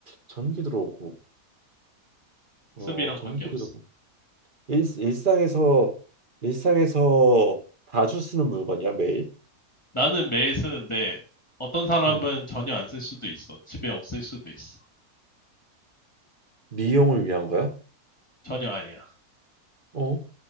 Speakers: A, on the right; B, on the left.
A: 전기 들어오고 어
B: 학습이랑
A: 전기
B: 관계없어.
A: 들어오고 일, 일상에서 일상에서 자주 쓰는 물건이야 매일?
B: 나는 매일 쓰는데 어떤 사람은
A: 음,
B: 전혀 안 쓸 수도 있어. 집에 없을 수도 있어.
A: 미용을 위한 거야?
B: 전혀 아니야.
A: 어,